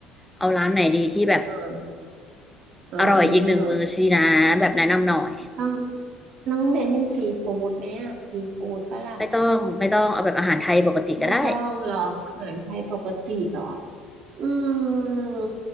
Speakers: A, in the centre; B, on the right (about 55°).
A: เอาร้านไหนดีที่แบบ
B: เออเออ
A: อร่อยอีกหนึ่งมื้อสินะแบบแนะนำหน่อย
B: ต้องต้องเน้นเป็นซีฟู้ดไหมอ่ะซีฟู้ดปะล่ะ
A: ไม่ต้องไม่ต้องเอาแบบอาหารไทยปกติก็ได้
B: ไม่ต้องหรอกอาหารไทยปกติหรอ อืม